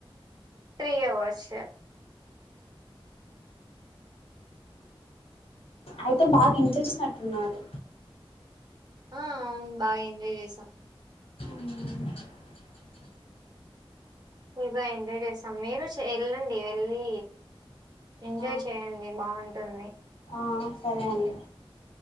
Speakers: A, on the right; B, on the left.
A: త్రిఅవర్స్
B: అయితే బాగా ఇంటజేసినట్టున్నారు
A: ఆ అవున్ బాగా ఎంజాయ్ జేసాం
B: ఉ
A: ఫ్రి బోయింగ్ ఎంజాయ్ చేసాం మీరు వెళ్ళండి వెళ్ళి ఎంజాయ్
B: ఆ
A: చేయండి బాగుంటుంది
B: ఆ సరే అండి